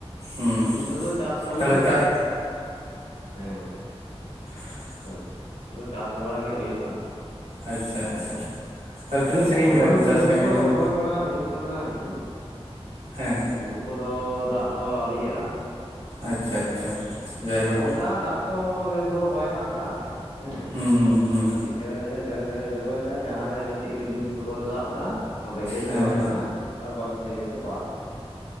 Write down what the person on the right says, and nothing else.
ᱦᱩᱸ
ᱛᱟᱦᱚᱞᱮ
ᱪᱟᱥ
<inaudible>
ᱟᱪᱪᱷᱟ
ᱟᱪᱪᱷᱟ ᱛᱟᱦᱚᱞᱮ ᱛᱤᱱᱟᱹᱜ ᱥᱟᱺᱜᱤᱧ
ᱠᱮᱫᱟ ᱵᱤᱱ
ᱪᱟᱥ ᱠᱟᱹᱢᱤ
ᱫᱚ ᱟᱹᱵᱤᱱ
ᱦᱮᱸ
ᱟᱪᱪᱷᱟ ᱟᱪᱪᱷᱟ ᱡᱟᱭᱦᱳᱠ
ᱦᱩᱸ ᱦᱩᱸ ᱦᱩᱸ
ᱦᱮᱸ